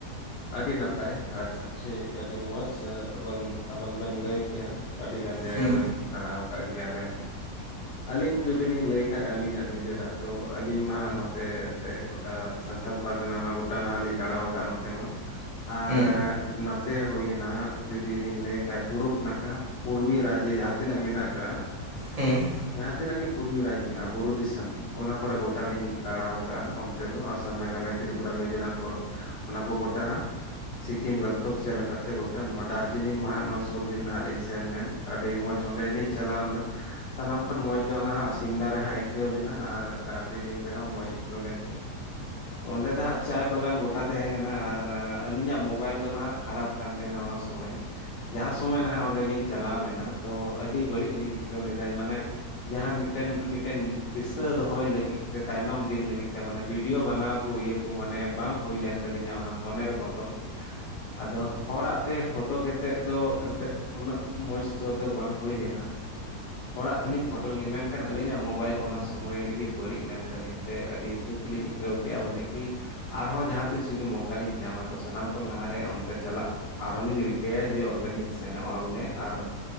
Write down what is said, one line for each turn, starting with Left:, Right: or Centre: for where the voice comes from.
Left: ᱟᱹᱰᱤ ᱱᱟᱯᱟᱭ ᱟᱪᱪᱷᱟ ᱴᱷᱤᱠ ᱟᱹᱰᱤ ᱢᱚᱸᱡᱽ ᱟᱵᱮᱱ ᱵᱮᱱ ᱞᱟᱹᱭ ᱠᱮᱜ-ᱟ᱾ ᱟᱹᱰᱤ ᱜᱟᱱ ᱡᱟᱭᱜᱟ
Right: ᱦᱩᱸ
Left: ᱵᱮᱱ ᱫᱟᱬᱟ ᱟᱠᱟᱫ ᱜᱮᱭᱟ ᱟᱵᱮᱱ ᱦᱚᱸ᱾ ᱟᱹᱞᱤᱧ ᱡᱩᱫᱤ ᱞᱤᱧ ᱞᱟᱹᱭ ᱠᱷᱟᱱᱡ ᱟᱹᱞᱤᱧᱟᱜ ᱱᱤᱡᱮᱨᱟᱜ ᱛᱚ ᱟᱹᱞᱤᱧ ᱢᱟ ᱦᱟᱜ ᱱᱚᱛᱮ ᱮᱱᱛᱮ ᱴᱟᱜ ᱥᱟᱱᱛᱟᱲ ᱯᱟᱨᱠᱟᱱᱟ ᱢᱟ ᱜᱚᱴᱟ ᱱᱟᱦᱟᱜ ᱞᱤᱧ ᱫᱟᱬᱟ ᱟᱠᱟᱫ-ᱟ ᱱᱚᱛᱮ ᱢᱟ ᱟᱨ
Right: ᱦᱩᱸ
Left: ᱱᱟᱛᱮ ᱦᱳᱭᱮᱱᱟ ᱡᱩᱫᱤ ᱞᱤᱧ ᱞᱟᱹᱭ ᱠᱷᱟᱡ ᱯᱩᱨᱩᱵ ᱱᱟᱠᱷᱟ ᱯᱩᱨᱩᱞᱤᱭᱟ ᱨᱟᱡᱽᱡᱮ ᱡᱟᱸᱦᱟ ᱛᱤᱱᱟᱹᱜ ᱢᱮᱱᱟᱜ ᱠᱟᱜ-ᱟ᱾
Right: ᱦᱩᱸ
Left: ᱡᱟᱸᱦᱟ ᱛᱤᱱᱟᱹᱜ ᱜᱮ ᱯᱩᱨᱩᱞᱤᱭᱟᱹ ᱨᱟᱡᱽ ᱢᱮᱱᱟᱜ-ᱟ ᱵᱩᱨᱩ ᱫᱤᱥᱚᱢ ᱚᱱᱟ ᱠᱚᱨᱮ ᱜᱚᱴᱟ ᱞᱤᱧ ᱫᱟᱲᱟ ᱟᱠᱟᱜ-ᱟ ᱚᱱᱛᱮ ᱫᱚ ᱟᱥᱟᱢ ᱢᱮᱜᱷᱟᱞᱚᱭ ᱛᱨᱤᱯᱩᱨᱟ ᱢᱮᱡᱳᱨᱟᱢ ᱠᱚ ᱚᱱᱟ ᱠᱚ ᱜᱚᱴᱟ ᱥᱤᱠᱤᱢ ᱜᱮᱝᱴᱚᱠ ᱥᱮᱫ ᱞᱮᱠᱟᱛᱮ ᱛᱮ ᱜᱚᱴᱟ ᱱᱚᱣᱟ ᱫᱟᱨᱡᱤᱞᱤᱝ ᱢᱟᱦᱟ ᱱᱚᱭ ᱥᱩᱨ ᱫᱤᱱ ᱱᱟᱦᱟᱜ ᱞᱤᱧ ᱥᱮᱱ ᱞᱮᱱ ᱟᱹᱰᱤ ᱢᱚᱸᱡᱽ ᱚᱸᱰᱮᱞᱤᱧ ᱪᱟᱞᱟᱣ ᱞᱮᱱᱟ᱾ ᱥᱟᱱᱟᱢ ᱠᱷᱚᱱ ᱢᱚᱸᱡᱽ ᱫᱚ ᱚᱱᱟ ᱦᱟᱸᱜ ᱥᱤᱢᱞᱟ ᱨᱮ ᱦᱟᱸᱜ ᱟᱹᱭᱠᱟᱹᱣ ᱞᱮᱱᱟ ᱟᱨ ᱫᱟᱨᱡᱤᱞᱤᱝ ᱨᱮᱦᱚᱸ ᱢᱚᱸᱡᱽ ᱟᱹᱭᱠᱟᱹᱣ ᱞᱮᱱ ᱜᱮᱭᱟ᱾ ᱚᱸᱰᱮ ᱫᱚ ᱦᱟᱸᱜ ᱪᱟᱭ ᱵᱟᱜᱟᱱ ᱜᱚᱴᱟ ᱛᱟᱦᱮᱸ ᱠᱟᱱᱟ ᱟᱨ ᱟᱹᱞᱤᱧᱟᱜ ᱢᱳᱵᱟᱭᱤᱞ ᱫᱚ ᱱᱟᱦᱟᱜ ᱠᱷᱟᱨᱟᱯ ᱠᱟᱱ ᱛᱟᱸᱦᱮᱱᱟ ᱚᱱᱟ ᱥᱩᱢᱚᱭ ᱡᱟᱸᱦᱟ ᱥᱩᱢᱚᱭ ᱱᱟᱦᱟᱜ ᱚᱸᱰᱮ ᱞᱤᱧ ᱪᱟᱞᱟᱣ ᱞᱮᱱᱟ ᱛᱚ ᱟᱹᱰᱤ ᱟᱹᱰᱤ ᱵᱟᱹᱲᱤᱡ ᱞᱤᱧ ᱟᱹᱭᱠᱟᱹᱣ ᱞᱮᱫᱟ ᱢᱟᱱᱮ ᱡᱟᱦᱟᱸ ᱢᱤᱫᱴᱮᱱ ᱢᱤᱫᱴᱮᱱ ᱫᱤᱥᱟᱹ ᱫᱚᱦᱚᱭ ᱞᱟᱹᱜᱤᱫ ᱛᱮ ᱛᱟᱭᱱᱚᱢ ᱫᱤᱱ ᱞᱟᱹᱜᱤᱫ ᱛᱮ ᱢᱟᱱᱮ ᱵᱷᱤᱰᱭᱳ ᱵᱮᱱᱟᱣ ᱠᱚ ᱤᱭᱟᱹ ᱠᱚ ᱢᱟᱱᱮ ᱵᱟᱝ ᱦᱩᱭᱞᱮᱱ ᱛᱟᱹᱞᱤᱧᱟ ᱚᱱᱟ ᱢᱚᱱᱮᱨ ᱵᱚᱛᱚᱱ ᱟᱫᱚ ᱦᱚᱲᱟᱜ ᱛᱮ ᱯᱷᱳᱴᱳ ᱠᱟᱛᱮᱫ ᱫᱚ ᱮᱱᱛᱮᱫ ᱩᱱᱟᱹᱜ ᱢᱚᱸᱡᱽ ᱫᱚ ᱵᱟᱝ ᱦᱩᱭ ᱞᱮᱱᱟ ᱦᱚᱲᱟᱜ ᱛᱮᱞᱤᱧ ᱯᱷᱳᱴᱳ ᱞᱮᱱᱜᱮ ᱢᱮᱱ ᱢᱮᱱᱠᱷᱟᱱ ᱟᱹᱞᱤᱧᱟᱜ ᱢᱳᱵᱟᱭᱤᱞ ᱚᱱᱟ ᱥᱚᱢᱚᱭ ᱨᱮᱜᱮ ᱵᱟᱹᱲᱤᱡ ᱞᱮᱱ ᱛᱟᱹᱟᱞᱤᱧ ᱛᱮ ᱟᱹᱰᱤ ᱫᱩᱠ ᱞᱤᱧ ᱟᱹᱭᱠᱟᱹᱣ ᱠᱮᱫ-ᱟ ᱵᱚᱞᱮ ᱠᱤ ᱟᱨᱦᱚᱸ ᱡᱟᱦᱟᱸ ᱛᱤᱥ ᱡᱩᱫᱤ ᱢᱚᱠᱟᱞᱤᱧ ᱧᱟᱢᱟ ᱛᱚ ᱥᱟᱱᱟᱢ ᱠᱷᱚᱱ ᱞᱟᱦᱟᱨᱮ ᱚᱱᱛᱮ ᱪᱟᱞᱟᱜ ᱟᱨᱦᱚᱸ ᱞᱤᱧ ᱨᱤᱠᱟᱹᱭᱟ ᱡᱮ ᱚᱸᱰᱮᱞᱤᱧ ᱥᱮᱱᱚᱜ-ᱟ ᱵᱚᱞᱮ ᱟᱨ